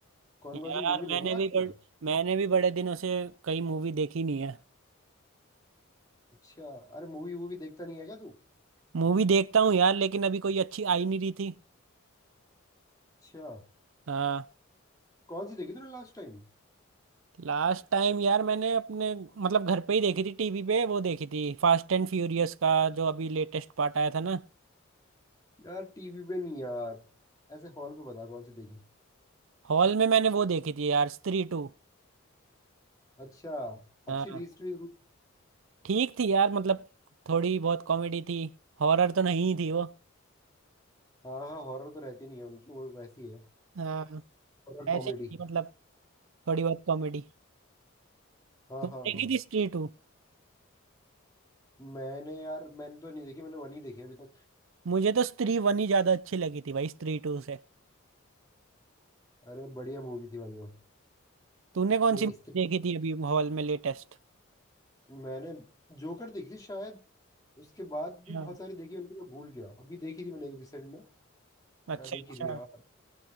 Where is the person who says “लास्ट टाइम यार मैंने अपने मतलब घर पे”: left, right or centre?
Right